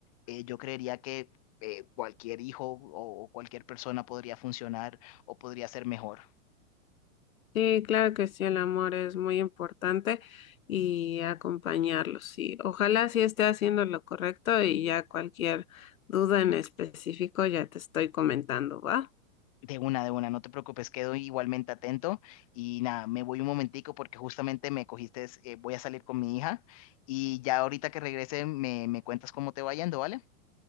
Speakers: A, on the left; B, on the left.
A: eh, yo creería que eh, cualquier hijo o o cualquier persona podría funcionar o podría ser mejor.
B: Sí, claro que sí, el amor es muy importante y acompañarlos. Sí, ojalá sí esté haciendo lo correcto y ya cualquier duda en específico ya te estoy comentando, ¿va?
A: De una, de una, no te preocupes, quedo igualmente atento y nada, me voy un momentico porque justamente me cogiste, eh, voy a salir con mi hija y ya ahorita que regrese me, me cuentas cómo te va yendo, ¿vale?